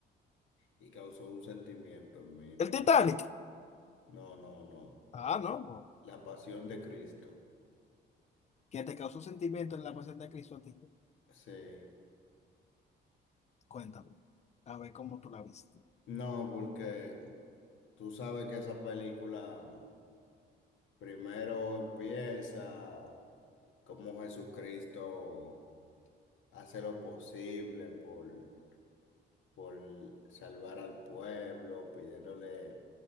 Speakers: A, on the left; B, on the left.
A: y causó un sentimiento en mí, no,
B: El Titanic.
A: no, no, no.
B: Ah, no. bueno.
A: La pasión de Cristo.
B: ¿Qué te causó sentimiento en la pasión de Cristo a ti?
A: Sí.
B: Cuéntame, a ver cómo tú la viste.
A: No, porque tú sabes que esa película primero empieza como Jesucristo hace lo posible por, por salvar al pueblo, pidiéndole